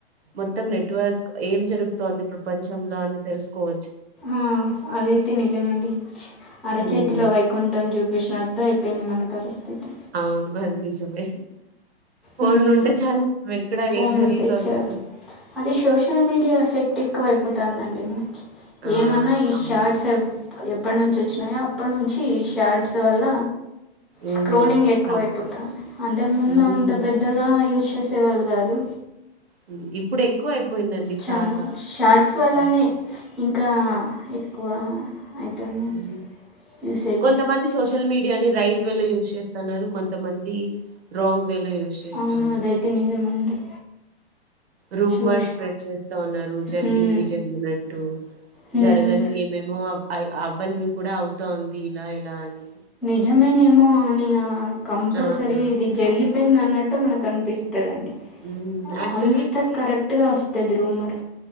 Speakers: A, on the right; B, in the centre.
A: మొత్తం నెట్వర్క్ ఏం జరుగుతోంది ప్రపంచంలో అని తెలుసుకోవ
B: ఆ అదైతే నిజమండి అరచేతిలో
A: హ్మ్
B: వైకుంఠం చూపిసినట్ ట్టు అయిపోయింది మన పరిస్థితి
A: అవును అది నిజమే ఫోన్
B: మ్మ్.
A: ఉంటే చాలు మనం ఎక్కడ
B: ఫోన్
A: ఏం జరుగుతుంది
B: ఉంటే చాలు అది సోషల్ మీడియా ఎఫెక్ట్ ఎక్కువైపోతుందండి మనకి
A: ఆ!
B: ఏమన్నా ఈ
A: అవును.
B: షార్ట్స్ ఎప్పటి నుంచి వచ్చినాయో అప్పటి నుంచి షార్ట్స్ వల్ల
A: హ్మ్.
B: స్క్రోలింగ్ ఎక్కువ
A: చాలా
B: అయిపోతుంది అంతకు ముందు
A: హ్మ్.
B: అంత పెద్దగా యూస్ చేసేవాళ్ళు కాదు
A: హ్మ్. ఇప్పుడు ఎక్కువయిపోయిందండి
B: చాన
A: చాలా.
B: షార్ట్స్ వాళ్ళనే
A: హ్మ్.
B: ఇంకా ఎక్కువ అవుతుందండి
A: ఉ
B: యూసేజ్
A: కొంతమంది సోషల్ మీడియాని రైట్ వే లో యూస్్ చేస్తున్నారు కొంతమంది రాంగ్ వే లో యూస్ చేస్తా
B: అవును
A: ఉన్నారు
B: అదైతే నిజమండి
A: రూమర్స్
B: చూస్
A: స్ప్రెడ్ చేస్తా ఉన్నారు జరగనివి
B: హ్మ్.
A: జరిగినట్టు
B: హ్మ్.
A: జరగనివి ఏమేమో అవ్వనివి కూడా అవుతంది ఇలా ఇలా అని
B: నిజమేనేమో అని కంపల్సరీ
A: ఆ!
B: ఇది జరిగిపోయింది అన్నట్టు మనకు అనిపిస్తుందండి
A: మ్ అక్చులీ
B: అంత కరెక్ట్గా వస్తది రూమర్